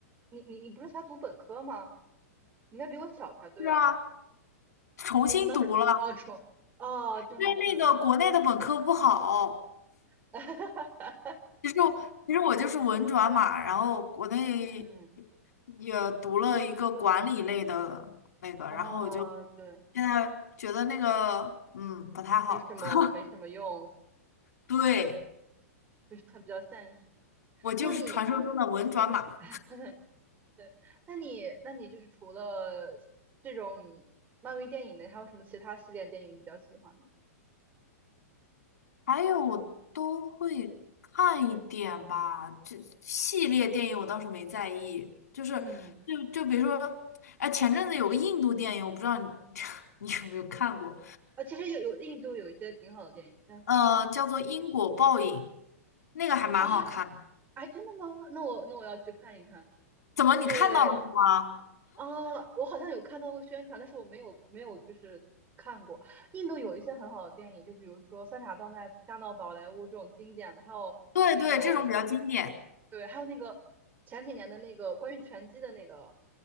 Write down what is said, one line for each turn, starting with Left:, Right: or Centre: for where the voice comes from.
Right: 你你你不是才读本科吗？你应该比我小才对啊。
Left: 是啊，重新读了，
Right: 那是哦，重哦，这样子这样子。
Left: 因为那个国内的本科不好。
Right: <laughs> 哈哈哈
Left: 其实我其实我就是文转码，然后国内
Right: 嗯。
Left: 也读了一个管理类的那个，
Right: 啊，
Left: 然后我就
Right: 对，
Left: 现在觉得那个嗯不太好。
Right: 没什么没什么用，
Left: <laughs> 对，
Right: 就是它比较现实。
Left: 我就是传说中的文转码，
Right: 那你，<laughs> 对，那你那你就是除了这种漫威电影呢，还有什么其他系列电影比较喜欢吗
Left: 还有我都会看一点吧。这系列电影我倒是没在意，就是就就比如说，
Right: 嗯，
Left: 哎，前阵子有个印度电影，我不知道你 <laughs> 你有没有看过，
Right: 啊，其实有有印度有一些挺好的电影，叫什么？
Left: 呃，叫做《因果报应》，那个还蛮好看的。
Right: 啊，哎，真的吗？那我那我要去看一看。
Left: 怎么你看到了是吗？
Right: 对，啊，我好像有看到过宣传，但是我没有没有就是看过。印度有一些很好的电影，就比如说《三傻大闹大闹宝莱坞》这种经典的，还有那个
Left: 对对，这种比较经典。
Right: 对，还有那个前几年的那个关于拳击的那个